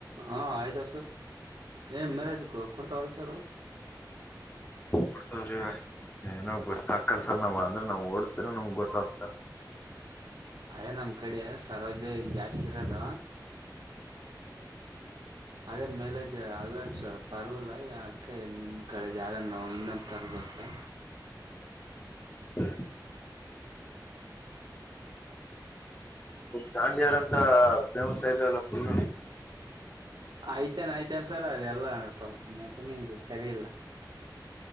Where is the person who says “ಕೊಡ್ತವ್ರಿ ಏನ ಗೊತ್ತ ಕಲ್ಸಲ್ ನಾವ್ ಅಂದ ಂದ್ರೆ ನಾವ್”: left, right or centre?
Left